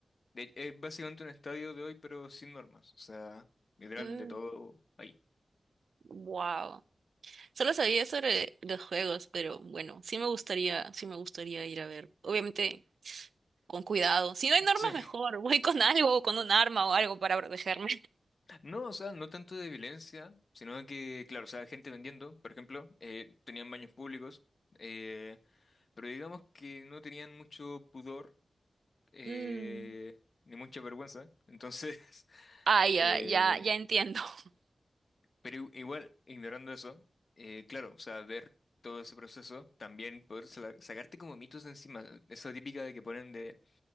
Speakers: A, on the left (about 55°); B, on the right (about 80°).
A: de- es básicamente un estadio de hoy, pero sin normas. O sea, literal
B: Mm,
A: de todo ahí.
B: wow. Solo sabía sobre los juegos, pero bueno, sí me gustaría, sí me gustaría ir a ver. Obviamente, con cuidado. Si no hay normas,
A: <laughs> Sí.
B: mejor. <laughs> Voy con algo, o con un arma o algo para protegerme. <laughs>
A: No, o sea, no tanto de violencia, sino que, claro, o sea, gente vendiendo, por ejemplo, eh, tenían baños públicos, eh, pero digamos que no tenían mucho pudor eh,
B: Mm.
A: ni mucha vergüenza. Entonces, <laughs>
B: Ah,
A: eh,
B: ya, ya, ya entiendo. <laughs>
A: pero i- igual, ignorando eso, eh, claro, o sea, ver todo ese proceso, también poder sa- sacarte como mitos encima, esa típica de que ponen de